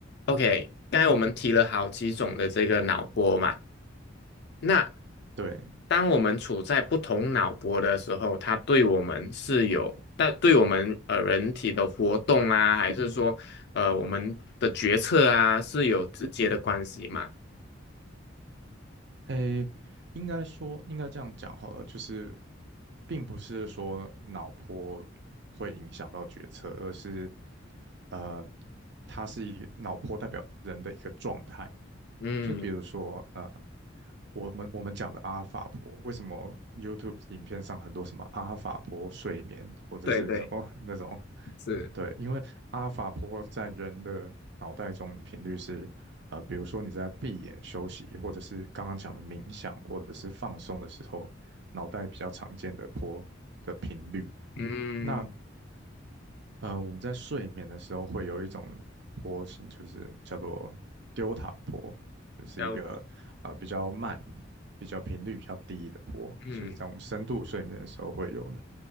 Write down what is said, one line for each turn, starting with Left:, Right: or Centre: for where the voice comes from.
Left: ，OK，刚才我们提了好几种的这个脑波嘛。那
Right: 对，
Left: 当我们处在不同脑波的时候，它对我们是有，但对我们呃人体的活动啊，还是说呃我们的决策啊，是有直接的关系嘛？
Right: 诶，应该说应该这样讲好了，就是并不是说脑波会影响到决策，而是呃，它是一个脑波代表人的一个状态。
Left: 嗯，
Right: 就是比如说，呃，我们我们讲的阿尔法波，为什么 YouTube 影片上很多什么阿尔法波睡眠或者是什么
Left: 对对，
Right: <laughs> 那种？
Left: 是，
Right: 对，因为阿尔法波在人的脑袋中的频率是，呃，比如说你在闭眼休息，或者是刚刚讲的冥想，或者是放松的时候，脑袋比较常见的波的频率。
Left: 嗯，
Right: 那呃，我们在睡眠的时候会有一种坡形，就是叫做丢塔坡，就是一个呃比较慢、
Left: 要，
Right: 比较频率比较低的坡，
Left: 嗯，
Right: 就是在我们深度睡眠的时候会有的。